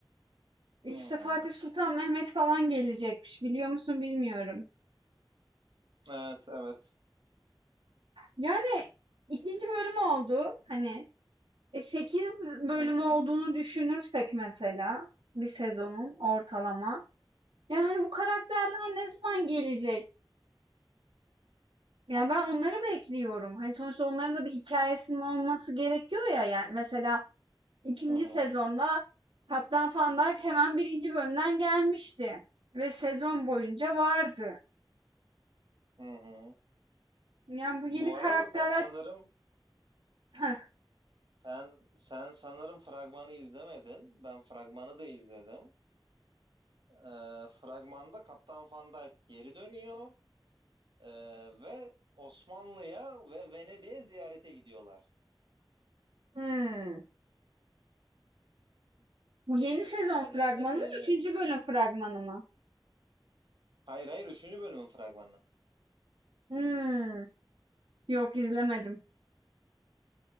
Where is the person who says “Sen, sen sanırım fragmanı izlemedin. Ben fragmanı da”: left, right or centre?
Right